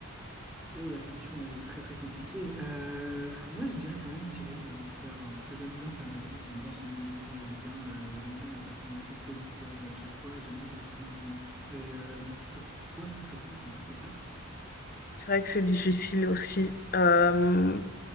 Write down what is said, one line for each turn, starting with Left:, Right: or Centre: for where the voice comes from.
Centre: Oh, la question est très très compliquée. Euh, pff, moi, je dirais quand même Tyrion Lannister, hein, parce que j'aime bien sa malice, j'aime bien son humour, j'aime bien, euh, j'aime bien la façon dont il se positionne à chaque fois et j'aime bien sa vision du monde. Et euh, du coup, pour toi, ce serait qui toi ton perso préf?
Left: C'est vrai que c'est difficile aussi. Euh,